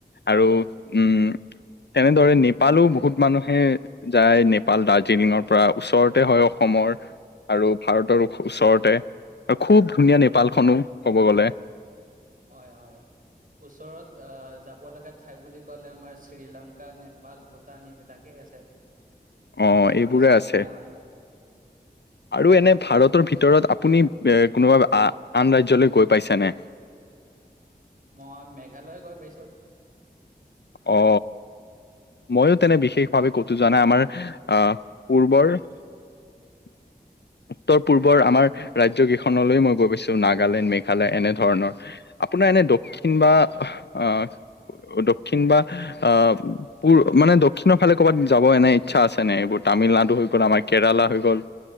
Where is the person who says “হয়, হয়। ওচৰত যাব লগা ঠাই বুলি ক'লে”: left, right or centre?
Right